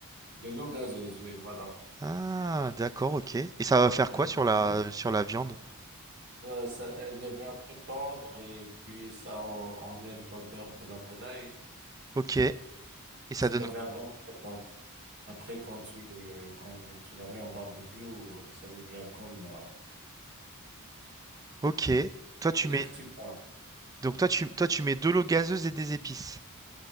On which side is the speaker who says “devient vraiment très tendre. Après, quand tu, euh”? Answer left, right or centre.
Right